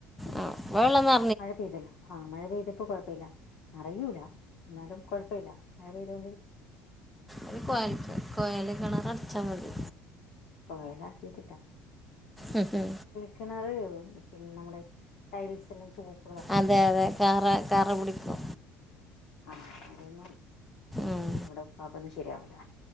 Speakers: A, in the centre; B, on the left.
A: ആഹ് ഇപ്പൊ വെള്ളം ന്ന
B: മഴ പെയ്തല്ലോ ആ മഴ പെയ്തപ്പോ കുഴപ്പമല്ല നിറയൂല എന്നാലും കുഴപ്പമില്ല മഴ പെയ്തുകൊണ്ട്
A: ഒരു കൊ കൊയൽ കിണറ് അടിച്ചാൽ മതി
B: കൊയല ആക്കിയിട്ടില്ല
A: ഉം ഹ് ഹ്
B: കിണർ പിന്നെ നമ്മുടെ ടൈൽസ് എല്ലാം ചോപ്പ്
A: അതെ അതെ കറ കറ പിടിക്കും
B: ആഹ് അതൊന്ന്
A: ഉം.
B: നമ്മടെ ഉപ്പാക്കൊന്നും ശരിയാവൂല